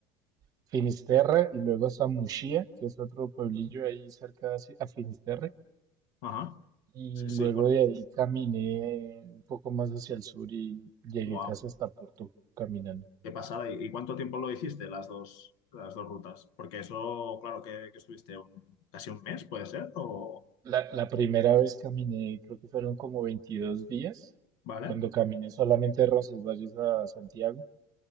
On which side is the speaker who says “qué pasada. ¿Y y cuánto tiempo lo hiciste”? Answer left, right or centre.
Left